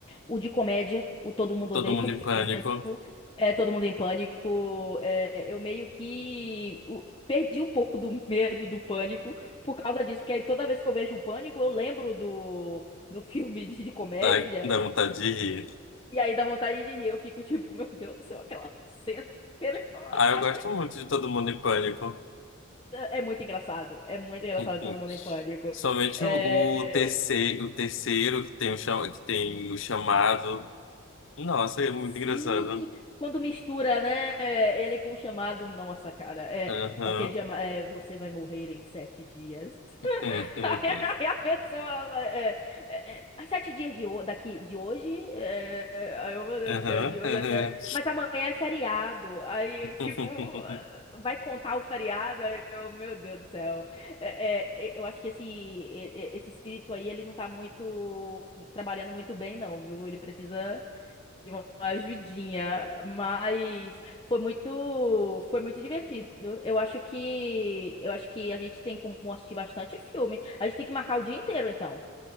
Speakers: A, on the left; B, on the left.
A: o de comédia, o Todo Mundo
B: todo
A: Odeia
B: mundo
A: o Pânico,
B: em pânico,
A: é Todo Mundo em Pânico, é, eu meio que o- perdi um pouco do medo do pânico por causa disso, porque aí toda vez que eu vejo o pânico, eu lembro do, do filme de, de comédia
B: dá, dá vontade de rir.
A: e aí dá vontade de rir. Eu fico tipo, meu Deus do céu, aquela cena. <laughs>
B: Ah, eu gosto muito de todo mundo em pânico.
A: É é muito engraçado. É muito engraçado
B: <laughs>
A: todo mundo em pânico.
B: Somente
A: É,
B: o, o terceiro, o terceiro que tem o, cha- que tem o chamado. Nossa, é muito
A: Sim,
B: engraçado.
A: quando mistura, né? Ele com o chamado. Nossa, cara. É...
B: Aham.
A: Aquele chama... é, Você vai morrer em sete dias.
B: Aham.
A: <laughs> Aí a pessoa, ela, é, é, é, há sete dias de, ho- daqui, de hoje, é, é, aí eu, meu Deus
B: Aham.
A: do céu, de hoje
B: Aham.
A: até, mas amanhã é feriado, aí,
B: <laughs>
A: tipo, vai contar o feriado, aí eu, meu Deus do céu, É, é, eu acho que esse, e- e- esse espírito aí, ele não tá muito, trabalhando muito bem não, viu, ele precisa de uma ajudinha, mas foi muito, foi muito divertido. Eu acho que, eu acho que a gente tem como assistir bastante filme. A gente tem que marcar o dia inteiro, então.